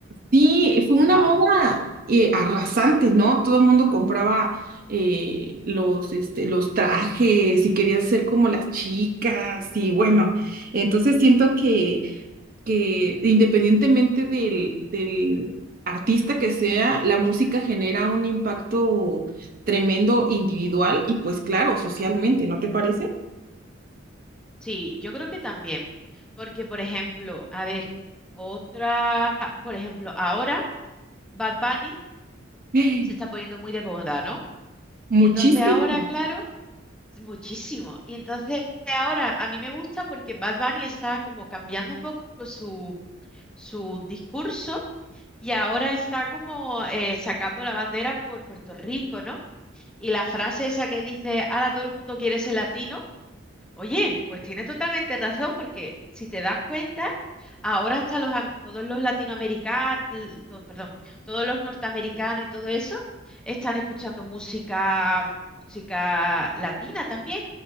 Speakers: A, on the right (about 45°); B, in the centre.
A: Sí, fue una
B: Vamos.
A: moda eh, arrasante, ¿no? Todo el mundo compraba eh, los, este, los trajes y quería ser como las chicas y bueno, entonces siento que que independientemente del, del artista que sea, la música genera un impacto tremendo individual y pues claro, socialmente, ¿no te parece?
B: Sí, yo creo que también. Porque, por ejemplo, a ver, otra, por ejemplo, ahora Bad Bunny
A: <gasps>
B: se está poniendo muy de moda, ¿no?
A: Muchísimo.
B: Y entonces ahora, claro, muchísimo. Y entonces ahora a mí me gusta porque Bad Bunny está como cambiando un poco su, su discurso y ahora está como eh, sacando la bandera por Puerto Rico, ¿no? Y la frase esa que dice, ahora todo el mundo quiere ser latino, Oye, pues tienes totalmente razón, porque si te das cuenta, ahora hasta los, am- todos los latinoamericanos, perdón, todos los norteamericanos y todo eso están escuchando música, música latina también,